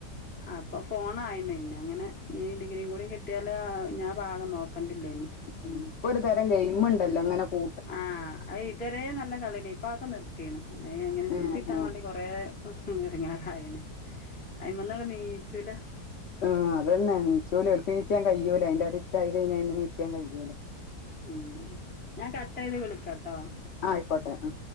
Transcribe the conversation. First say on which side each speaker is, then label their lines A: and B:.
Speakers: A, on the left; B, on the left.
A: അപ്പൊ ഫോണായ്ണ് ഞ്ഞങ്ങെനെ ഞ്ഞ് ഡിഗ്രിം കൂടി കി ട്ട്യാല് ഞ്ഞാ ഭാഗം നോക്കണ്ടില്ലേനി
B: ഉം ഇപ്പൊ ഒര് തെരം ഗെയിമ്ണ്ടല്ലോ ങ്ങെനെ കൂ
A: ആഹ് അത് ഇതരേ നല്ല കള്യേന്നി ഇപ്പ അ ഒക്കെ നിർത്തീണ് അത് എങ്ങെനേം
B: ഏഹ്
A: നിർത്തിട്ടാം
B: ഏഹ്
A: വാണ്ടി കൊറേ എട്ങ്ങേറായിണ് അയ്മന്ന്ങ്ങട്ട് നീച്ചൂലാ
B: ആഹ് അതെന്നെ നീച്ചൂല ഓൽക്ക് നീക്കാൻ കയ്യൂല അയ്ന്റെ അഡിറ്റായി കയ്ഞ്ഞാ നീക്കാൻ കയ്യൂലാ
A: ഉം ഉം ഞാൻ കട്ടെയ്ത് വിളിക്കട്ടോ
B: അആയിക്കോട്ടെ ആ